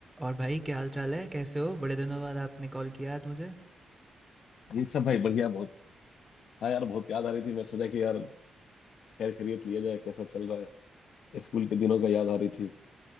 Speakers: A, in the centre; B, on the left (about 70°).
A: और भाई क्या हाल चाल है कैसे हो बड़े दिनों बाद आपने कॉल किया आज मुझे
B: ये सब भाई बढ़िया बहुत हाँ यार बहुत याद आ रही थी मैं सोचा कि यार खैर खैरियत लिया जाए कैसा चल रहा है स्कूल के दिनों का याद आ रही थी